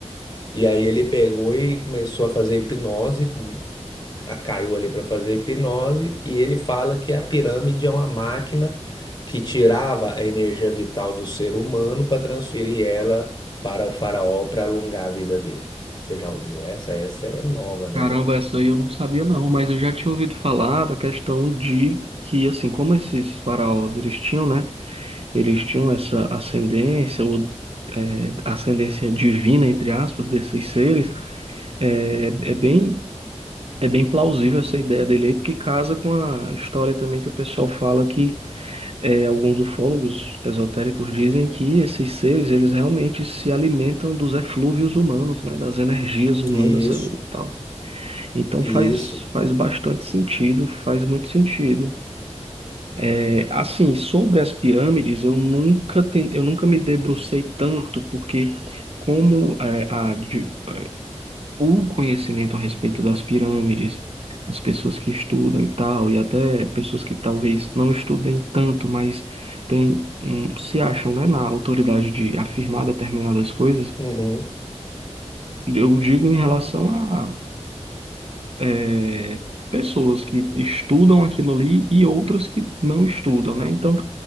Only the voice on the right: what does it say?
Caramba,
essa aí eu não sabia não, mas eu já tinha ouvido falar da questão de que, assim, como esses faraós, eles tinham, né? eles tinham essa ascendência ou é, ascendência divina, entre aspas, desses seres, é, é bem, é bem plausível essa ideia dele aí, porque casa com a história também que o pessoal fala que é, alguns ufólogos esotéricos dizem que esses seres, eles realmente se alimentam dos eflúvios humanos, né, das energias humanas
ali e tal. Então
faz, faz bastante sentido, faz muito sentido. É, assim, sobre as pirâmides, eu nunca, ten- eu nunca me debrucei tanto, porque como é, a de- o conhecimento a respeito das pirâmides, as pessoas que estudam e tal, e até pessoas que talvez não estudem tanto, mas tem, hum, se acham, né, na autoridade de afirmar determinadas coisas,
eu digo em relação a é, pessoas que estudam aquilo ali e outras que não estudam, né? Então,